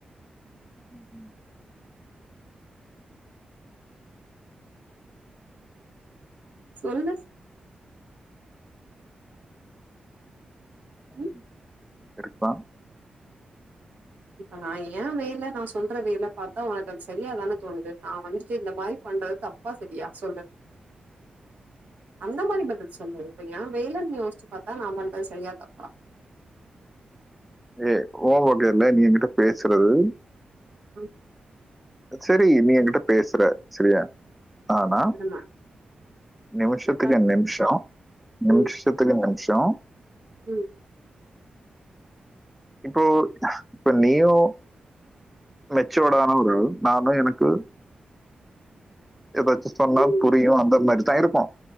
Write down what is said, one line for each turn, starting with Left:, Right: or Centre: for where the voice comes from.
Centre: <inaudible>
Right: சொல்லு
Centre: ஆமா
Right: ம்.
Centre: இருக்லா
Right: இப்ப நா ஏ வேல நா சொல்ற வேல பாத்தா உனக்கு அது சரியாதான தோனுது நா வந்துட்டு இந்த மாரி பண்றது தப் பா செரியா சொல்லு அந்த மாரி பதில் சொல்லு இப்ப ஏ வேலன் யோச்சி பாத்தா நா பண்றத் செரியா தப்பா
Centre: ஏ ஓ வன்டியர்ல நீ எ கிட்ட பேசறது
Right: அ
Centre: செரி நீ எ கிட்ட பேசற செரியா ஆனா
Right: திரும்ப
Centre: நிமிஷத்துக்கு
Right: ரெக்கார்ட்
Centre: நிம்ஷோ நிம்ஷ்
Right: ம்
Centre: துக்கு நிம்ஷோ
Right: ம்
Centre: இப்போ இப்ப நீயு மெச்சியுடானா ஒரு ஆள் நானு எனக்கு எதாச்சி சொன்னா
Right: ம்
Centre: புரியு
Right: இப்ப
Centre: அந்த மாரிதா இருப்போ